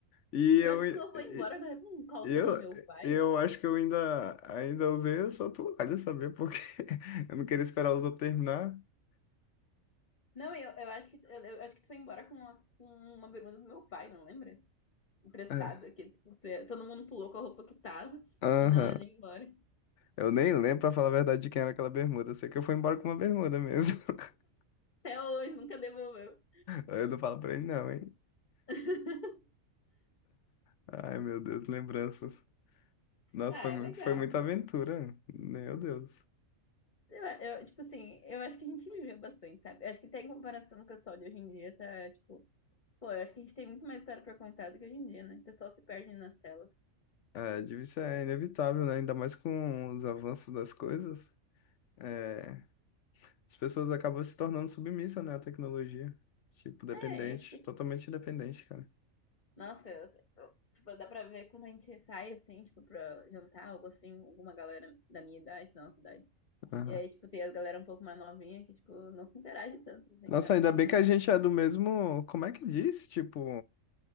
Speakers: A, on the left (about 65°); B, on the left (about 40°).
A: E
B: Eu
A: eu,
B: acho
A: e-
B: que tu não foi embora agora com um calção
A: eu,
B: do meu pai.
A: eu acho que eu ainda, ainda usei a sua toalha, sabia? Porque <laughs> eu não queria esperar os outros terminar.
B: Não, eu, eu acho que eu, eu acho que tu foi embora com uma, com uma bermuda do meu pai, não lembra? Emprestada,
A: É.
B: que tipo, todo mundo pulou com a roupa que tava
A: Aham.
B: e na hora de ir embora.
A: Eu nem lembro, pra falar a verdade, de quem era aquela bermuda. Eu sei que eu fui embora com uma bermuda mesmo. <laughs>
B: Até hoje, nunca devolveu.
A: Eu não falo pra ele, não, hein?
B: <laughs>
A: Ai, meu Deus, lembranças. Nossa,
B: Ah,
A: foi muito,
B: é legal.
A: foi muita aventura. Meu Deus.
B: Eu, eu, tipo assim, eu acho que a gente viveu bastante, sabe? Eu acho que até em comparação com o pessoal de hoje em dia, tá, tipo... Pô, eu acho que a gente tem muito mais história pra contar do que hoje em dia, né? O pessoal se perde nas telas.
A: É, divórcio é inevitável, né? Ainda mais com os avanços das coisas. É, as pessoas acabam se tornando submissas, né, à tecnologia. Tipo, dependente,
B: É, aí fica tipo...
A: totalmente dependente, cara.
B: Nossa, eu- eu- tipo, dá pra ver quando a gente sai, assim, tipo, pra jantar, algo assim, alguma galera da minha idade, da nossa idade.
A: Aham.
B: E aí, tipo, tem as galera um pouco mais novinha que, tipo, não se interage tanto, assim,
A: Nossa,
B: sabe?
A: ainda
B: Ficam...
A: bem que a gente é do mesmo. Como é que diz? Tipo,